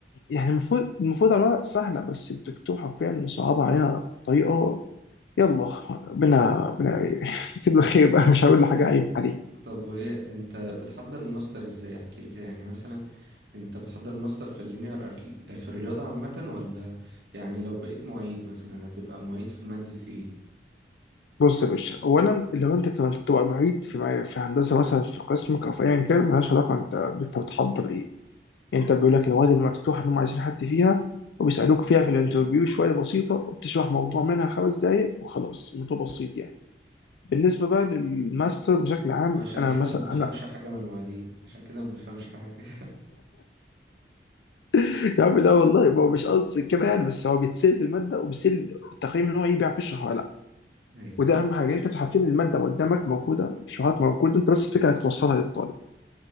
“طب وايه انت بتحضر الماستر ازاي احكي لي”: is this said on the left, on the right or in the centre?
Right